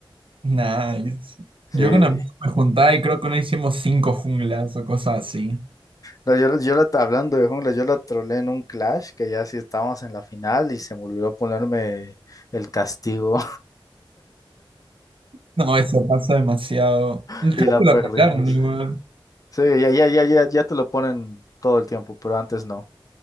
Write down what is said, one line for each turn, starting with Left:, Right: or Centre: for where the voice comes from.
Right: Nice.
Left: Sí.
Right: Yo con amigos me juntaba y creo que no hicimos cinco junglas o cosas así.
Left: No, yo, yo la, hablando de jungla, yo la trolé en un clash que ya sí estábamos en la final y se me olvidó ponerme el castigo
Right: No, eso pasa demasiado.
Left: <laughs>
Right: Creo
Left: y la
Right: que lo
Left: perdimos.
Right: arreglaron igual.
Left: Sí, ya, ya, ya, ya, ya te lo ponen todo el tiempo, pero antes no.